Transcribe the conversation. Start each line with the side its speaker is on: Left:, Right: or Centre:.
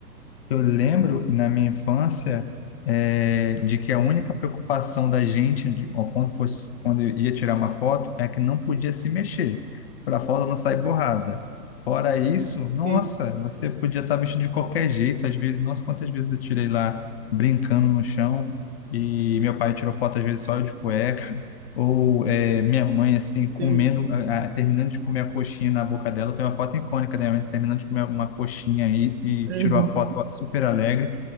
Left: Eu lembro na minha infância eh, de que a única preocupação da gente de- ó, quando fosse quando eu ia tirar uma foto é que não podia se mexer para a foto não sair borrada. Fora isso, nossa,
Right: Sim,
Left: você podia estar vestido de qualquer jeito. Às vezes, nossa, quantas vezes eu tirei lá brincando no chão e meu pai tirou foto às vezes só eu de cueca. Ou é, minha mãe, assim, comendo,
Right: sim.
Left: a- a- terminando de comer a coxinha na boca dela. Tem uma foto icônica da minha mãe terminando de comer uma coxinha aí e
Right: Uhum.
Left: tirou a foto super alegre.